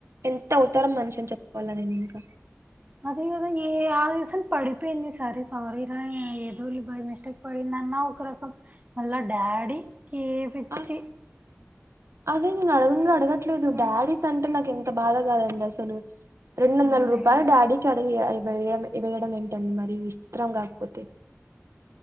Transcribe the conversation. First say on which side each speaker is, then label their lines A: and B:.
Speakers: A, on the right (about 80°); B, on the right (about 35°).
A: ఎంత అవతరం మనిషి అని చెప్పవాలా నేను ఇనుక.
B: అదే కదా ఏ ఆ దసం పడిపోయింది సరే సారీ రా ఏదోళ్లి బాయ్ మిస్టేక్. పడిందన్న ఒక రకం మళ డాడీ కేపిచ్చి.
A: ఆ అదే నేను అడగు అడగట్లేదు
B: ఆ,
A: డాడీ తంటే నాకు ఎంత. ఎంత బాధ కాదండి అసలు రెండు వందల
B: అదే
A: రూపాయలు
B: కదా
A: డాడీకి అ వేయ వేయడం. తన్ మరి విస్తత్రం కాకపోతే